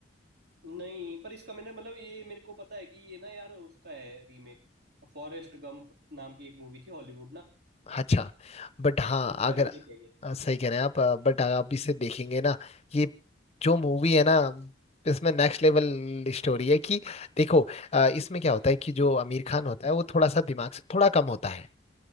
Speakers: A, on the right; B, on the left.
A: नहीं पर इसका मैंने मतलब ये मेरे को पता है कि ये ना यार उसका है रीमेक फॉरेस्ट गंप नाम की एक मूवी थी हॉलीवुड ना
B: अच्छा बट हाँ
A: उसका
B: अगर
A: रीमेक है ये
B: अ, सही कह रहे हैं आप बट आप इसे देखेंगे ना ये जो मूवी है ना इसमें नेक्स्ट लेवल स्टोरी है कि देखो अ, इसमें क्या होता है कि जो आमिर खान होता है वो थोड़ा सा दिमाग से थोड़ा कम होता है